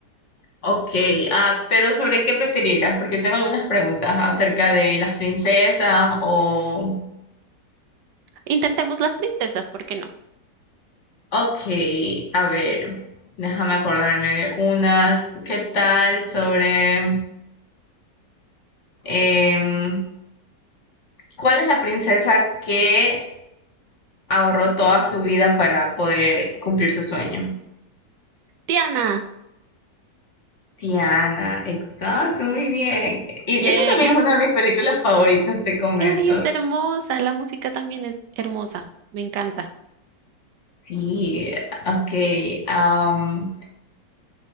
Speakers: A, on the left (about 45°); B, on the right (about 75°).
A: Ok, ah, pero ¿sobre qué preferirás? Porque tengo algunas preguntas acerca de las princesas o...
B: Intentemos las princesas, ¿por qué no?
A: Ok, a ver, déjame acordarme de una. ¿Qué tal sobre... em, ¿cuál es la princesa que ahorró toda su vida para poder cumplir su sueño?
B: Tiana,
A: Tiana, exacto, muy bien. Y
B: yay.
A: esa también es una
B: <laughs>
A: de mis películas favoritas, te comento.
B: Ay, es hermosa. La música también es hermosa. Me encanta.
A: Sí, ok. am,